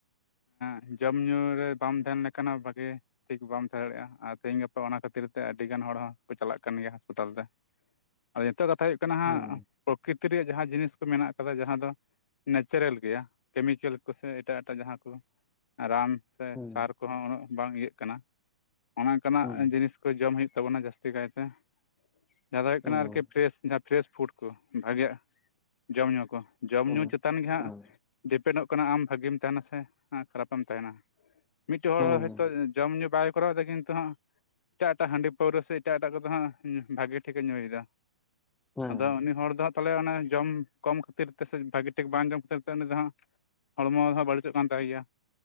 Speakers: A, on the left (about 60°); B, in the centre.
A: ᱦᱮᱸ ᱡᱚᱢ ᱧᱩ ᱨᱮ ᱵᱟᱢ ᱛᱟᱦᱮᱸᱱ ᱞᱮᱠᱷᱟᱱᱟᱜ ᱵᱷᱟᱜᱤ ᱴᱷᱤᱠ ᱵᱟᱢ ᱛᱟᱦᱮᱸ ᱫᱟᱲᱮᱭᱟᱜ-ᱟ ᱟᱨ ᱛᱮᱦᱮᱧ ᱜᱟᱯᱟ ᱚᱱᱟ ᱠᱷᱟᱹᱛᱤᱨ ᱛᱮ ᱟᱹᱰᱤ ᱜᱟᱱ ᱦᱚᱲ ᱦᱚᱸ ᱠᱚ ᱪᱟᱞᱟᱜ ᱠᱟᱱ ᱜᱮᱭᱟ ᱦᱟᱥᱯᱟᱛᱟᱞ ᱛᱮ᱾ ᱟᱫᱚ ᱱᱤᱛᱚᱜ ᱫᱚ ᱠᱟᱛᱷᱟ ᱦᱩᱭᱩᱜ ᱠᱟᱱᱟ ᱦᱟᱸᱜ
B: ᱦᱩᱸ
A: ᱯᱨᱚᱠᱨᱤᱛᱤ ᱨᱮ ᱡᱟᱦᱟᱸ ᱡᱤᱱᱤᱥ ᱠᱚ ᱢᱮᱱᱟᱜ ᱠᱟᱫᱟ ᱡᱟᱦᱟᱸ ᱫᱚ ᱱᱮᱪᱟᱨᱮᱞ ᱜᱮᱭᱟ ᱠᱮᱢᱤᱠᱮᱞ ᱠᱚᱥᱮ ᱮᱴᱟᱜ ᱮᱴᱟᱜ ᱡᱟᱦᱟᱸ ᱠᱚ ᱨᱟᱱ ᱥᱮ
B: ᱦᱩᱸ
A: ᱥᱟᱨ ᱠᱚᱦᱚᱸ ᱩᱱᱟᱹᱜ ᱵᱟᱝ ᱤᱭᱟᱹᱜ ᱠᱟᱱᱟ᱾ ᱚᱱᱟ ᱠᱟᱱᱟᱜ
B: ᱦᱩᱸ
A: ᱡᱤᱱᱤᱥ ᱠᱚ ᱡᱚᱢ ᱦᱩᱭᱩᱜ ᱛᱟᱵᱚᱱᱟ ᱡᱟᱹᱥᱛᱤ ᱠᱟᱭᱛᱮ᱾ ᱡᱟᱦᱟᱸ ᱫᱚ ᱦᱩᱭᱩᱜ
B: ᱦᱩᱸ
A: ᱠᱟᱱᱟ ᱟᱨᱠᱤ ᱯᱷᱨᱮᱥ ᱡᱟᱦᱟᱸ ᱯᱷᱨᱮᱥ ᱯᱷᱩᱰ ᱠᱚ ᱵᱷᱟᱜᱮᱭᱟᱜ ᱡᱚᱢ ᱧᱩ ᱠᱚ᱾ ᱡᱚᱢ
B: ᱦᱩᱸ
A: ᱧᱩ ᱪᱮᱛᱟᱱ ᱜᱮᱦᱟᱸᱜ
B: ᱦᱩᱸ
A: ᱰᱤᱯᱮᱱᱰᱚᱜ ᱠᱟᱱᱟ ᱟᱢ ᱵᱷᱟᱹᱜᱤᱢ ᱛᱟᱦᱮᱸᱱᱟ ᱥᱮ ᱠᱷᱟᱨᱟᱯᱮᱢ ᱛᱟᱦᱮᱸᱱᱟ᱾ ᱢᱤᱫᱴᱮᱱ ᱦᱚᱲ
B: ᱦᱩᱸ
A: ᱦᱚᱭᱛᱚ ᱡᱚᱢ ᱧᱩ ᱵᱟᱭ ᱠᱚᱨᱟᱣ ᱮᱫᱟ ᱠᱤᱱᱛᱩ ᱦᱟᱸᱜ ᱮᱴᱟᱜ ᱮᱴᱟᱜ ᱦᱟᱺᱰᱤ ᱯᱟᱹᱣᱨᱟᱹ ᱥᱮ ᱮᱴᱟᱜ ᱮᱴᱟᱜ ᱠᱚᱫᱚ ᱦᱟᱸᱜ ᱵᱷᱟᱜᱤ ᱴᱷᱤᱠᱮ ᱧᱩᱭᱮᱫᱟ᱾
B: ᱦᱩᱸ
A: ᱟᱫᱚ ᱩᱱᱤ ᱦᱚᱲ ᱫᱚ ᱛᱟᱦᱚᱞᱮ ᱚᱱᱟ ᱡᱚᱢ ᱠᱚᱢ ᱠᱷᱟᱹᱛᱤᱨ ᱛᱮ ᱥᱮ ᱵᱷᱟᱜᱤ ᱴᱷᱤᱠ ᱵᱟᱝ ᱡᱚᱢ ᱠᱷᱟᱹᱛᱤᱨ ᱛᱮ ᱩᱱᱤ ᱫᱚ ᱦᱟᱸᱜ ᱦᱚᱲᱢᱚ ᱫᱚ ᱦᱟᱸᱜ ᱵᱟᱹᱲᱤᱡᱚᱜ -ᱠᱟᱱ ᱛᱟᱭ ᱜᱮᱭᱟ᱾